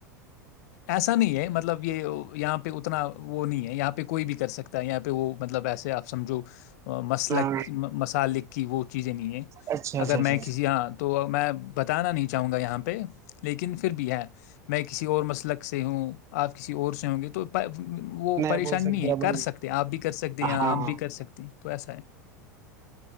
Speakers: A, on the left; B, on the right.
A: ایسا نہیں ہے مطلب یہ یہاں پہ اتنا وہ نہیں ہے یہاں پہ کوئی بھی کر سکتا ہے یہاں پہ وہ مطلب ایسے آپ سمجھو مسلک
B: ہاں
A: مسالک کہ وہ چیزیں نہیں ہے
B: اچھا اچھا
A: اگر
B: اچھا
A: میں کسی یہاں بتانا نہیں چاہوں گا یہاں پہ لیکن پھر بھی ہے میں کسی اور مسئلہ لک سے ہوں آپ کسی اور سے ہوں گے تو <inaudible> وہ پریشان
B: بول سکتے
A: نہیں ہے
B: اب
A: کر سکتے آپ بھی کر سکتے ہیں یا
B: ہاں
A: آ بھی کر سکتے ہیں تو ایسا ہے